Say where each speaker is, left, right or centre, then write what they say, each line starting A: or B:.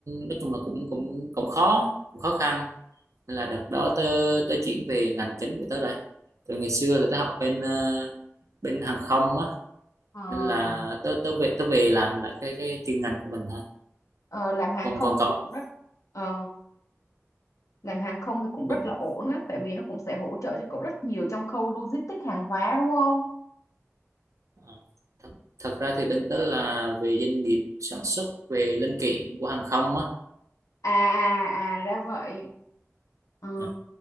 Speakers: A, on the right (about 75°); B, on the left (about 85°).
A: nói chung là cũng cũng cũng khó, cũng khó khăn nên là đợt đó tớ tớ chuyển về ngành chính của tớ rồi từ ngày xưa là tớ học bên ờ, bên hàng không á
B: Ờ,
A: nên là tớ tớ về tớ về làm lại cái cái chuyên ngành của mình thôi
B: Ờ, làm hàng
A: còn
B: không
A: còn cậu
B: thì cũng rất ờ, làm hàng không thì cũng rất
A: cũng
B: là ổn á, tại vì nó cũng sẽ hỗ trợ cho cậu rất nhiều trong khâu logistics hàng hóa đúng không?
A: ờ, thật, thật ra thì bên tớ là về doanh nghiệp sản xuất về linh kiện của hàng không á
B: À à à ra vậy. Ờ,
A: Ờ,